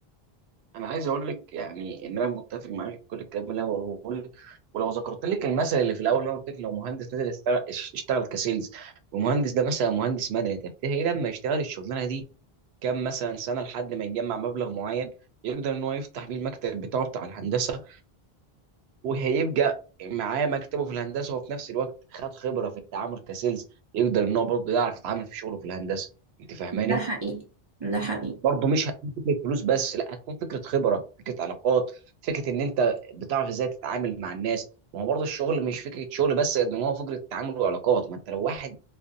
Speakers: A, on the right (about 85°); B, on the right (about 35°).
A: انا عايز اقول لك يعني ان انا متفق معاك في كل الكلام اللي انا بقوله لك ولو ذكرت لك المثل اللي في الاول اللي انا قلت لك لو مهندس نزل يشتغل اشتغل كسيلز والمهندس ده مثلا مهندس مدني طب تلاقيه لما يشتغل الشغلانه دي كام مثلا سنه لحد ما يجمع مبلغ معين يقدر ان هو يفتح بيه المكتب بتاعه بتاع الهندسه وهيبقى معاه مكتبه في الهندسه وفي نفس الوقت خد خبره في التعامل كسيلز يقدر ان هو برضه يعرف يتعامل في شغله في الهندسه انت فاهماني
B: ده حقيقي ده حقيقي
A: برضه مش هتكون فكره فلوس بس لا هتكون فكره خبره فكره علاقات فكره ان انت بتعرف ازاي تتعامل مع الناس ما هو برضه الشغل مش فكره شغل بس قد ما هو فكره تعامل وعلاقات ما انت لو واحد